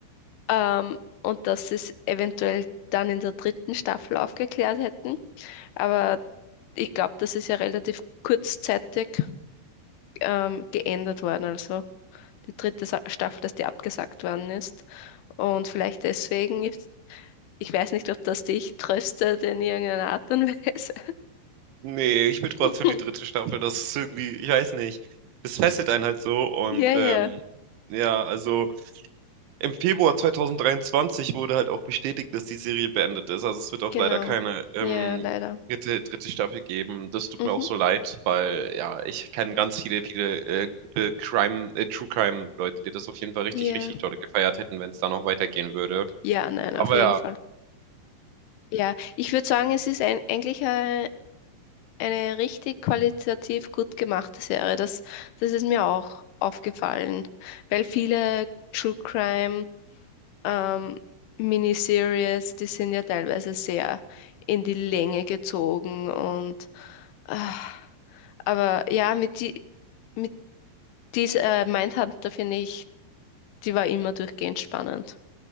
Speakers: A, on the left; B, on the right.
A: ähm, und dass sie es eventuell dann in der dritten Staffel aufgeklärt hätten. Aber ich glaube, das ist ja relativ kurzzeitig ähm, geändert worden. Also die dritte Sa Staffel, dass die abgesagt worden ist. Und vielleicht deswegen, ich, ich weiß nicht, ob das dich tröstet in irgendeiner Art und Weise.
B: Nee, ich will trotzdem
A: <laughs>
B: die dritte Staffel. Das ist irgendwie, ich weiß nicht. Das fesselt einen halt so und
A: Ja, ja,
B: ähm, ja, also. Im Februar 2023 wurde halt auch bestätigt, dass die Serie beendet ist. Also es wird auch
A: genau.
B: leider keine ähm,
A: Ja, leider.
B: dritte, dritte Staffel geben. Das tut
A: Mhm.
B: mir auch so leid, weil ja, ich kenne ganz viele, viele äh, gute Crime, äh, True Crime Leute, die das auf jeden Fall richtig,
A: Ja,
B: richtig toll gefeiert hätten, wenn es da noch weitergehen würde.
A: ja, nein,
B: Aber
A: auf jeden
B: ja.
A: Fall. Ja, ich würde sagen, es ist ein, eigentlich eine, eine richtig qualitativ gut gemachte Serie. Das, das ist mir auch aufgefallen, weil viele True Crime ähm, Miniseries, die sind ja teilweise sehr in die Länge gezogen und ah, aber ja, mit die mit dieser äh, Mindhunter finde ich, die war immer durchgehend spannend.